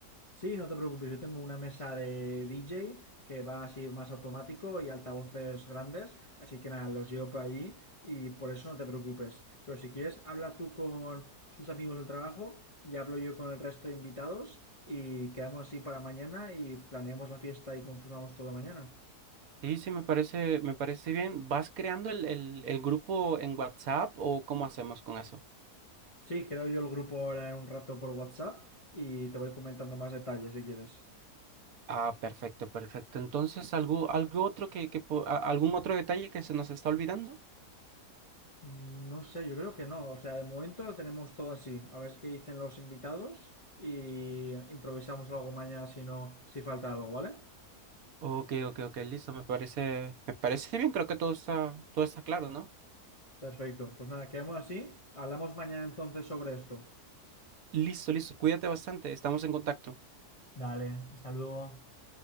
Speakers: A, on the left (about 40°); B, on the right (about 65°).
A: Sí, no te preocupes, yo tengo una mesa de DJ que va así más automático y altavoces grandes, así que nada, los llevo por allí y por eso no te preocupes. Pero si quieres, habla tú con sus amigos del trabajo y hablo yo con el resto de invitados y quedamos así para mañana y planeamos la fiesta y confirmamos todo mañana.
B: Sí, sí, me parece, me parece bien. ¿Vas creando el, el, el grupo en WhatsApp o cómo hacemos con eso?
A: Sí, creo yo el grupo ahora en un rato por WhatsApp y te voy comentando más detalles si quieres.
B: Ah, perfecto, perfecto. Entonces, ¿algo, algo otro que, que po- a- algún otro detalle que se nos está olvidando?
A: Mm, No sé, yo creo que no. O sea, de momento lo tenemos todo así. A ver qué dicen los invitados y improvisamos algo mañana si no, si falta algo, ¿vale?
B: Ok, ok, ok, listo, me parece, me parece bien, creo que todo está, todo está claro, ¿no?
A: Perfecto. Pues nada, quedamos así. Hablamos mañana entonces sobre esto.
B: Listo, listo. Cuídate bastante. Estamos en contacto.
A: Dale, hasta luego.